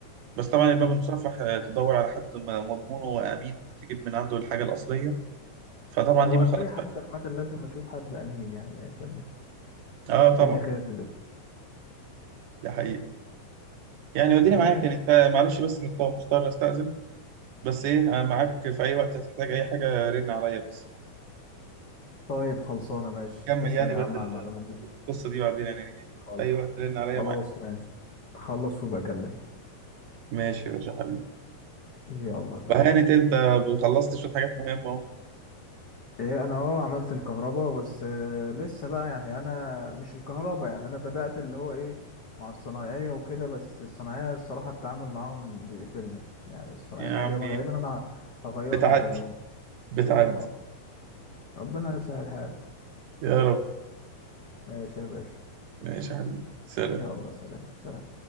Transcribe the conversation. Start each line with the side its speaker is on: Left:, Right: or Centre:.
Right: بس طبعا الباب
Left: م.
Right: المصفح آه، تدور على حد م- مضمون وامين تجيب من عنده الحاجه الاصليه فطبعا
Left: هو
Right: دي بقى خلاص
Left: اي حد
Right: بقى
Left: عامه لازم اشوف حد امين يعني عشان
Right: اه
Left: الدنيا
Right: طبعا
Left: خربت
Right: دي حقيقة يعني وديني
Left: ماشي
Right: معاك يعني انت معلش بس مضطر مضطر استأذن بس ايه انا معاك في اي وقت هتحتاج اي حاجة رن عليا بس
Left: طيب خلصانة ماشي
Right: كمل
Left: تسلم
Right: يعني
Left: يا
Right: بقى
Left: عم
Right: ال-
Left: على المعلومات دي
Right: القصة دي بعدين يعني
Left: خلاص
Right: في اي وقت رن عليا
Left: خلاص
Right: معاك
Left: ماشي خلص وبقى اكلم
Right: ماشي يا باشا حبيبي
Left: يلا سلام
Right: وهانت انت خلصت شوية حاجات مهمة اهو
Left: ايه انا اه عملت الكهرباء بس آه، لسه بقى يعني انا مش الكهرباء يعني انا بدأت اللي هو ايه مع الصنايعية وكده بس الصنايعية الصراحة التعامل معاهم بيقفلني يعني الصنايعية
Right: يا
Left: اللي
Right: عمي
Left: انا جايبها غالبا انا هغيرهم
Right: بتعدي
Left: كلهم
Right: بتعدي
Left: اه ربنا يصلح الحال
Right: يا رب
Left: ماشي يا باشا
Right: ماشي يا حبيبي سلام
Left: يلا سلام سلام